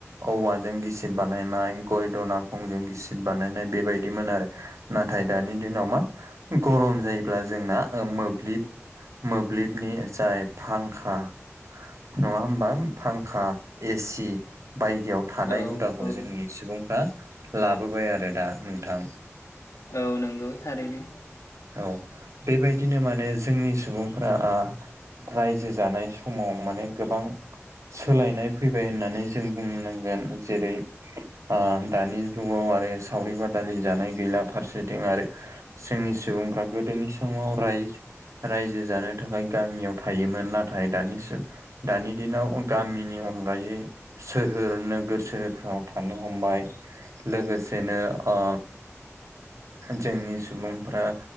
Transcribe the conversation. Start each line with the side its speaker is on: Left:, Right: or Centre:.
Right: औवाजों गिसिब बानायनाय गय दनाखंजों गिसिब बानायनाय बेबायदिमोन आरो। नाथाय दानि दिनाव मा गरम जायोब्ला जोंना मोब्लिब मोब्लिबनि जाय फांखा नङा होमबा फांखा एसि बायदियाव थानाय
Left: औ
Right: हुदाखौ
Left: औ
Right: जोंनि सुबुंफ्रा लाबोबाय आरो दा नोंथां।
Left: औ नंगौ थारैनो
Right: औ बेबायदिनो माने जोंनि सुबुंफोरा आ रायजो जानाय समाव माने गोबां सोलायनाय फैबाय होननानै जों बुंनो नांगोन। जेरै आ दानि जुगाव आरो सावरि बादालि जानाय गैला फारसेथिं आरो जोंनि सुबुंफ्रा गोदोनि समाव राय रायजो जानो थाखाय गामियाव थायोमोन नाथाय दानि जुग दानि दिनाव गामिनि अनगायै सोहोर नोगोर सोहोरफ्राव थानो हमबाय लोगोसेनो ओ ओ जोंनि सुबुंफ्रा